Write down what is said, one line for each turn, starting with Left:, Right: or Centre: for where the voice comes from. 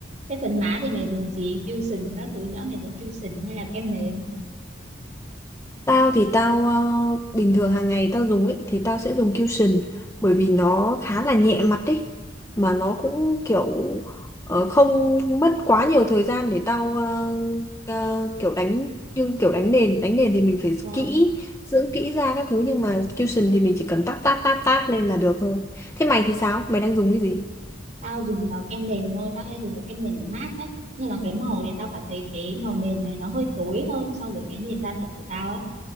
Right: thế phần má thì mày dùng gì cushion các thứ nữa mày dùng cushion hay là kem nền
Left: Tao thì tao ờ, bình thường hàng ngày tao dùng ấy thì tao sẽ dùng Cushion bởi vì nó khá là nhẹ mặt ấy mà nó
Right: ờ,
Left: cũng kiểu ờ, không mất quá nhiều thời gian để tao ờ, ờ, kiểu đánh như kiểu đánh nền đánh nền thì mình phải
Right: ờ,
Left: kỹ dưỡng kỹ ra các thứ nhưng mà Cushion thì mình chỉ cần tát tát tát tát lên là được thôi. Thế mày thì sao? Mày đang dùng cái gì?
Right: tao dùng ờ, kem nền thôi tao hay dùng cái kem nền của MAC ấy nhưng mà cái màu thì tao cảm thấy cái màu nền này nó hơi tối hơn so với cái nền da thật của tao ấy